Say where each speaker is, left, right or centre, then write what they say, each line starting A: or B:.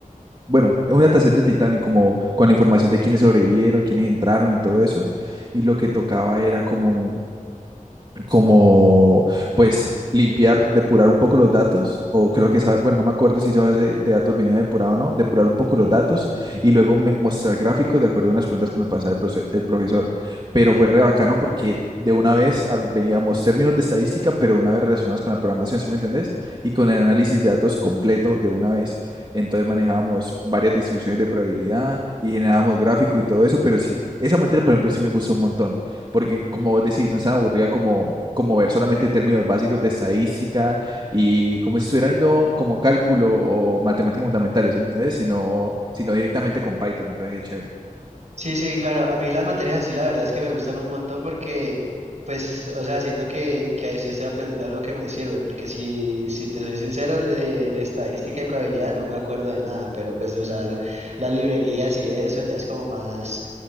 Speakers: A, on the right (about 35°); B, on the right (about 55°).
A: Bueno, es un dataset del Titanic, como con la información de quiénes sobrevivieron, quiénes entraron y todo eso. Y lo que tocaba era como como pues limpiar, depurar un poco los datos, o creo que esa, bueno, no me acuerdo si esa base de datos venía depurada o no, depurar un poco los datos y luego me- mostrar gráficos de acuerdo a unas preguntas que nos pasaba el, profe- el profesor. Pero fue re bacano porque de una vez ah, veníamos términos de estadística, pero una vez relacionados con la programación, ¿sí me entendés? Y con el análisis de datos completo de una vez. Entonces manejábamos varias distribuciones de probabilidad y generábamos gráficos y todo eso, pero sí, esa materia, por ejemplo, sí me gustó un montón porque como vos decís, no es tan aburrida como, como ver solamente términos básicos de estadística y como si estuviera viendo como cálculo o matemáticas fundamentales, ¿sí me entendés? Sino, sino directamente con Python, entonces es chévere.
B: Sí, sí, claro. A mí las materias así, la verdad es que me gustan un montón porque, pues, o sea, siento que, que ahí sí estoy aprendiendo algo que me sirve. Porque si, si te soy sincero, el de, de estadística y probabilidad no me acuerdo de nada, pero pues de usar las librerías y eso ya es como más,